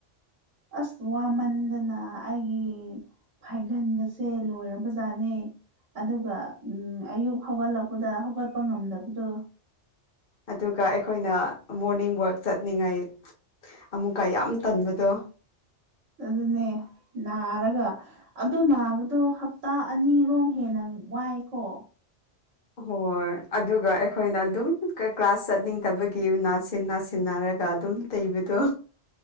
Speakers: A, on the right; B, on the left.
A: ꯑꯁ ꯋꯥꯃꯟꯗꯅ ꯑꯩꯒꯤ ꯐꯥꯏꯒꯟꯒꯁꯦ ꯂꯣꯏꯔꯕꯖꯥꯠꯅꯦ꯫ ꯑꯗꯨꯒ ꯑꯌꯨꯛ ꯍꯧꯒꯠꯂꯛꯄꯗ ꯍꯧꯒꯠꯄ ꯉꯝꯗꯕꯗꯣ꯫
B: ꯑꯗꯨꯒ ꯑꯩꯈꯣꯏꯅ ꯃꯣꯔꯅꯤꯡ ꯋꯥꯛ ꯆꯠꯅꯤꯡꯉꯥꯏ ꯑꯃꯨꯛꯀ ꯌꯥꯝ ꯇꯟꯕꯗꯣ꯫
A: ꯑꯗꯨꯅꯦ ꯅꯥꯔꯒ ꯑꯗꯨ ꯅꯥꯕꯗꯣ ꯍꯞꯇꯥ ꯑꯅꯤꯔꯣꯝ ꯍꯦꯟꯅ ꯋꯥꯏꯀꯣ꯫
B: ꯍꯣꯏ ꯑꯗꯨꯒ ꯑꯩꯈꯣꯏꯅ ꯑꯗꯨꯝ ꯀ꯭ꯂꯥꯁ ꯆꯠꯅꯤꯡꯗꯕꯒꯤ ꯅꯥꯁꯤꯟ ꯅꯥꯁꯤꯟꯅꯔꯒ ꯑꯗꯨꯝ ꯇꯩꯕꯗꯣ꯫